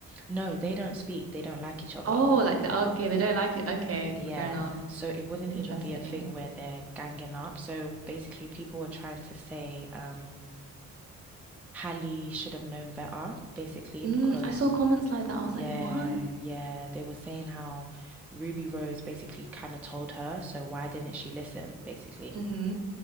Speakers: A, in the centre; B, on the right.
A: No, they don't speak. They don't like each other.
B: Oh, like the okay, they don't like it. Okay,
A: Yeah.
B: fair enough.
A: So it wouldn't
B: Interesting.
A: even be a thing where they're ganging up. So basically, people were trying to say, um, Hallie should have known better, basically,
B: Mm,
A: because
B: I saw comments like that. I
A: yeah,
B: was like, what?
A: yeah, they were saying how Ruby Rose basically kind of told her, so why didn't she listen, basically?
B: hmm